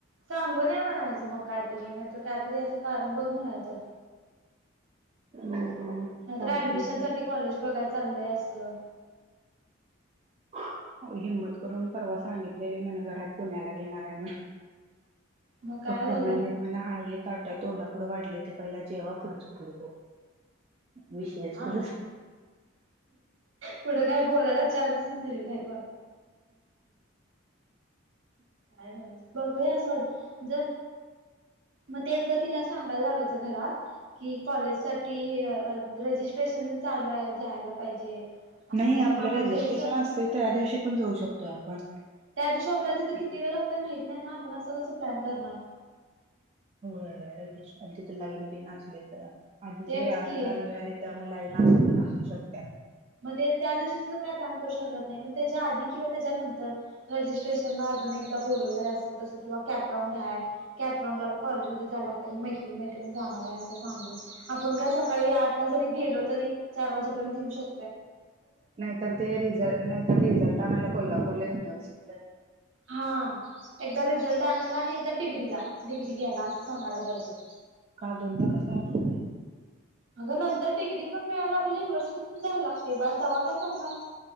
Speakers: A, on the right; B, on the right.
A: सांगून ये म्हणायचं, मग काहीतरी, नाहीतर काहीतरी असं कारण बघ म्हणायचं.
B: हम्म
A: नाही तर
B: चालतय
A: ऍडमिशन
B: की
A: साठी कॉलेज बघाय चाललंय असं.
B: हो हिंमत करून परवा सांगितलेलं म्हणा घरात, पुण्याला घेणार आहे म्हणून.
A: मग काय
B: पप्पा
A: झालं
B: म्हणलेत म्हणा, हळू ये ताटत. तोंडा पुुढं वाढले ते पहिलं जेवा, पुढचं पुढ बघू.
A: हं
B: विषयच
A: हां
B: कुठं
A: पुढं काय बोलायलाच <inaudible> काय झालं? बघूया सोड, चल. मगं त्याच गं तीला, सांगायला लावायचं घरात? ही कॉलेजसाठी, हे अ रजिस्ट्रेशन अन चालू आहे, जायला पाहिजे. असं
B: नाही
A: तसं
B: आपलं
A: मग आपण
B: रजिस्ट्रेशन
A: जरी
B: असतय, त्यादिवशी पण जाऊ शकतो आपण.
A: त्या दिवशी आपल्याला तिथं किती वेळ लागतो माहित नाही ना, आपण असं कसं प्लॅन करणार.
B: होय रजिस्ट्रेशन तिथं लाईन बीन असली तर. आधीच
A: तेच
B: वेळानं
A: की
B: चालू झाले, त्यामुळे लाईन असू शकत्या.
A: म ते त्यादिवशी सर काय प्लान करू शकत नायं, पण त्याच्या आधी किंवा त्याच्यानंतर रजिस्ट्रेशनात अजून एकदा बोलवलं असं तसं किंवा कॅपराऊंड हाय. कॅपराऊंडला मग काॅलेजमध्ये जायला लागतं मैत्रिणी मैत्रिण ण जाणार आहे असं सांगून, आपण काय सकाळी आठला जरी गेलो तरी, चार वाजेपर्यंत येऊ शक
B: नाहीतर ते रिझल्ट, नाहीतर रिझल्ट आणायला कोल्हापूरला युनिव्हर्सिटी
A: हां एकदा रिझल्ट ते आणला आणि एकदा डिग्रीला, डिग्री घ्यायला असं सांगाला पाहिजे.
B: का दोनदा कशाला?
A: अगं नंतर डिग्री पण मिळायला आपल्या युनिव्हर्सिटीतच जायला लागतंय, बाय तवा काय सांगणार?